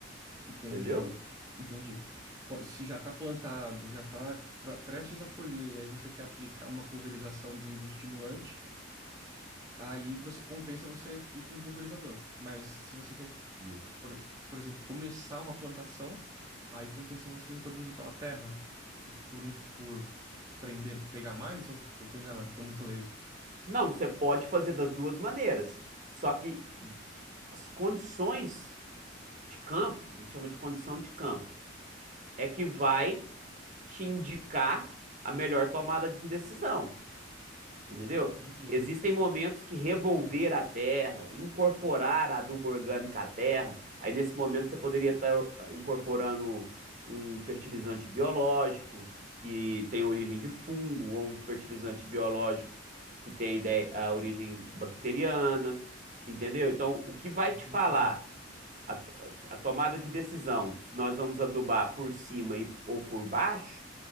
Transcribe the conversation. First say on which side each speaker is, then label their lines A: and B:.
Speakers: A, on the right; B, on the right.
A: entendi.
B: entendeu?
A: Entendi. Qu- Se já está plantado, já está prestes a colher, e aí você quer aplicar uma pulverização de um bioestimulante, aí você compensa você ir com um pulverizador. Mas se você quer
B: Sim.
A: por, por exemplo, começar uma plantação, aí compensa você introduzir pela terra, por, en- por prender, pegar mais, ou, ou tô enganado, tô muito leigo.
B: Não, você pode fazer das duas maneiras. Só que as condições de campo, a gente chama de condição de campo, é que vai te indicar a melhor tomada de decisão. Entendeu?
A: Entendi,
B: Existem momentos que revolver a terra, incorporar a adubo orgânico à terra, aí nesse momento você poderia estar ah, incorporando um fertilizante biológico que tem origem de fungo, ou um fertilizante biológico que tem ide- a origem bacteriana, entendeu? Então, o que vai
A: entendi,
B: te falar a, to- a tomada de decisão, se nós vamos adubar por cima e, ou por baixo,